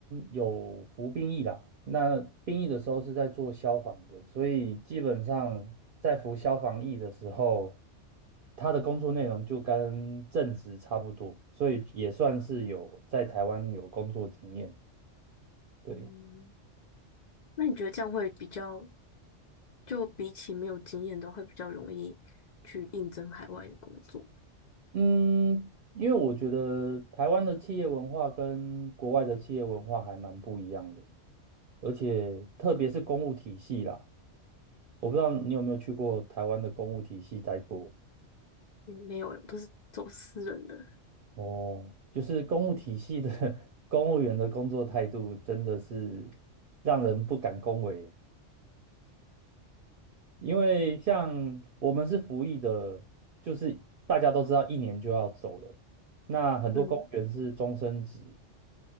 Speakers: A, on the right (about 55°); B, on the left (about 60°).
A: 有服兵役啦，那兵役的时候是在做消防的，所以基本上在服消防役的时候，他的工作内容就跟正职差不多，所以也算是有在台湾有工作经验。对。
B: 嗯，那你觉得这样会比较，就比起没有经验的话，会比较容易去应征海外的工作？嗯
A: 嗯，因为我觉得台湾的企业文化跟国外的企业文化还蛮不一样的，而且特别是公务体系啦，我不知道你有没有去过台湾的公务体系待过
B: 没有欸我都是走私人的。
A: 哦，就是公务体系的 <laughs> 公务员的工作态度真的是让人不敢恭维，因为像我们是服役的，就是大家都知道一年就要走了，那很多公务员是终身制，
B: 嗯，